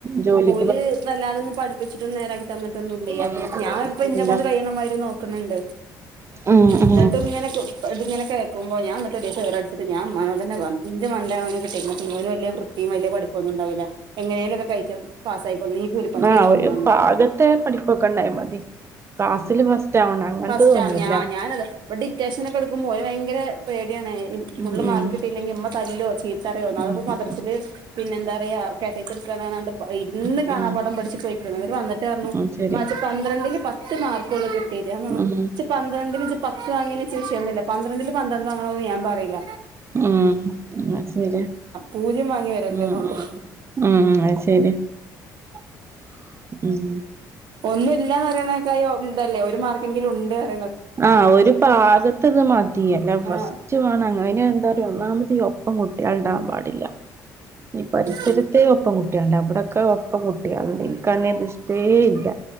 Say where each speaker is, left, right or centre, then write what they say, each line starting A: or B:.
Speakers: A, on the right; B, on the right.
A: ജോലി
B: ല് വല്ലാതൊന്നും പഠിപ്പിച്ച്ട്ട് നേരാക്കി തന്നിട്ടൊന്നുല്ലെയ്
A: ഉം
B: അപ്പം ഞാൻ ഇപ്പന്നെ
A: ഇല്ല
B: കൊണ്ട് കയ്യ്ണ മാരി നോക്ക്ണ് ണ്ട്.
A: ഉം ഉം
B: ഇന്ന്ട്ടും ഇങ്ങനെ പു ഇത്ങ്ങനെ കേക്കുമ്പോ ഞാൻ ഇന്ന്ട്ട് ഒരീസം ഈറ ട്ച്ച്ട്ട് ഞാൻ ഇമ്മാനോടെന്നെ പർ മണ്ടേ ഓന് കിട്ടീക്ക്ണ് <unintelligible> ഓന് വല്യെ വൃത്തിം വല്യെ പഠിപ്പൊന്നുണ്ടാവൂല എങ്ങനേലൊക്ക കയ്ച്ചും പാസായ്ക്കോളും ഇല്ലങ്ങി കൂലിപ്പണിക്കെയ്ക്കോളും
A: ആഹ് ഒരു
B: ന്നറഞ്ഞു
A: പാകത്തെ
B: ഞാന്.
A: പഠിപ്പൊക്കെ ഉണ്ടായ മതി ക്ലാസ്സില് ഫസ്റ്റ് ആവണം അങ്ങനത്തതൊന്നുല്ല
B: ഫസ്റ്റാണ് ഞാ ഞാനു അതേ ഇപ്പ ഡിറ്റേഷനൊക്കെ ഇട് ക്കുമ്പൊ ഓന് വയങ്കര പേടിയാണ് ഇൻ ഫുള്ള്
A: ഉം
B: മാർക്ക്
A: ഉം
B: കിട്ടീറ്റ്ല്ലെങ്കി ഇമ്മ തല്ലോ ചീത്തറയോ നാള്പ്പോ
A: ഉം
B: മദ്രസ്ന്ന്
A: ഉം
B: പിന്നെ എന്താ റയാ കേട്ടെഴ്ത്ത് ഇട്ക്കാണ് അർണാണ്ട് ഇര്ന്ന്
A: ഉം
B: കാണാ
A: ഉം
B: വടം പിടിച്ച് പൊയ്ക്കാണ് ന്നട്ട് വന്ന്ട്ടർണു
A: ഉം ശരി
B: മ്മ ച്ച് പന്ത്രണ്ടില് പത്ത് മാർക്കൊള്ളു കിട്ട് ട്ടീറ്റ്
A: ഉം
B: <unintelligible> ജ്ജ് പന്ത്രണ്ടില് ജ്ജ് പത്ത് വാങ്ങിയേന് ച്ച് വിഷയന്നുല്ല പന്ത്രണ്ടില് പന്ത്രണ്ട് വാങ്ങണൊന്നു ഞാൻ പറയില
A: ഉം ഉം അ ശരിയാ
B: പൂജ്യം വാങ്ങി വരരുതെന്നൊള്ളു
A: ഉം ഉം ഉം ഉം അ ശരിയ <unintelligible> ഉം
B: ഒന്നുല്ലന്നറയ്ണെയ്ക്കായു തല്ലേ ഒരു മാർക്കെങ്കിലു ണ്ട്
A: ആ ഒരു പാകത്തത് മതി അല്ല ഫസ്റ്റ്
B: ആഹ്
A: വാണം അങ്ങനെ എന്തൊ <unintelligible> പ്പം കുട്ട്യേള്ണ്ടാം പാടില്ല ഈ പരിസരത്തെ
B: ഉം
A: ഒപ്പം കുട്ട്യേള് ണ്ടാവും ബടൊക്ക ഒപ്പം കുട്ട്യേള്ണ്ട് ഓൽക്കങ്ങൻന്നു ഷ്ടേ ഇല്ല